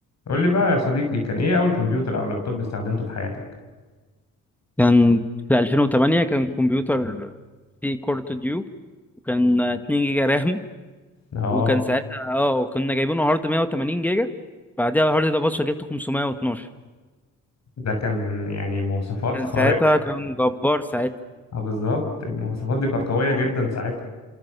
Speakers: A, on the left (about 50°); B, in the centre.
A: قول لي بقى يا صديقي كان ايه اول كمبيوتر او لابتوب استخدمته في حياتك
B: كان في 2008 كان كمبيوتر فيه كورت ديوب وكان 2 جيجا رام
A: اه
B: وكان ساعتها اه وكنا جايبينه هارد 180 جيجا بعدها الهارد ده بص جبته 512
A: ده كان يعني مواصفات
B: كان
A: خارقة
B: ساعتها كان جبار ساعتها
A: اه بالظبط المواصفات دي كانت قوية جدا ساعتها